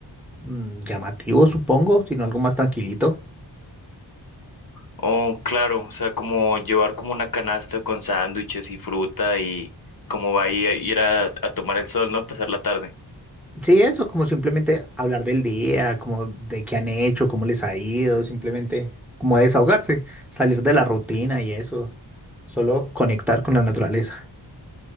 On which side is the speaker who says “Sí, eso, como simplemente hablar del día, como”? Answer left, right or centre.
Centre